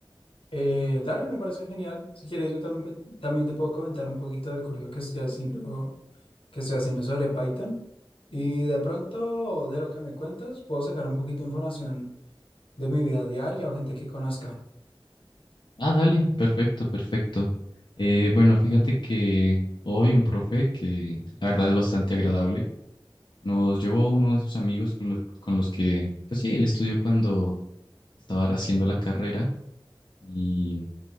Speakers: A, on the left; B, on the left.
A: Eh, dale, me parece genial. Si quieres, yo también, pe- también te puedo comentar un poquito del curso que estoy haciendo, que estoy haciendo sobre Python. Y de pronto, de lo que me cuentas, puedo sacar un poquito de información de mi vida diaria o gente que conozca.
B: Ah, dale, perfecto, perfecto. Eh, bueno, fíjate que hoy un profe que la verdad es bastante agradable Nos llevó uno de sus amigos con, lo- con los que, pues sí, él estudió cuando estaba haciendo la carrera y